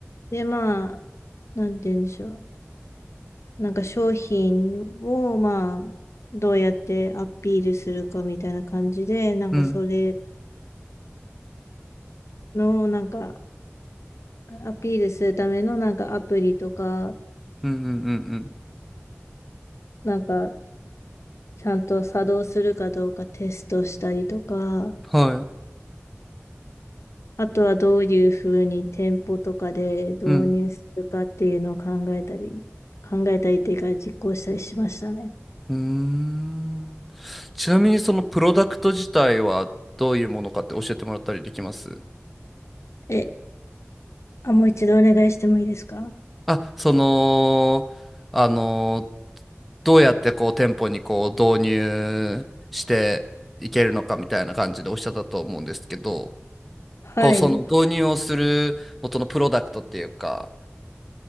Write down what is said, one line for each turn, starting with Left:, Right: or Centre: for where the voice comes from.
Left: で、まあ、なんて言うんでしょう。なんか商品を、まあ、どうやってアピールするかみたいな感じで、なんかそれ
Centre: うん、
Left: の、なんか、アピールするための、なんかアプリとか、
Centre: うん、うん、うん、うん
Left: なんか、ちゃんと作動するかどうかテストしたりとか、
Centre: はい、
Left: あとはどういうふうに店舗とかで導入するかっていうのを考えたり、
Centre: うん。
Left: 考えたりっていうか実行したりしましたね。
Centre: うーん。ちなみにそのプロダクト自体はどういうものかって教えてもらったりできます
Left: え、あ、もう一度お願いしてもいいですか
Centre: あ、その、あの、どうやってこう店舗にこう導入していけるのかみたいな感じでおっしゃったと思うんですけど、
Left: はい。
Centre: こうその導入をする元のプロダクトっていうか、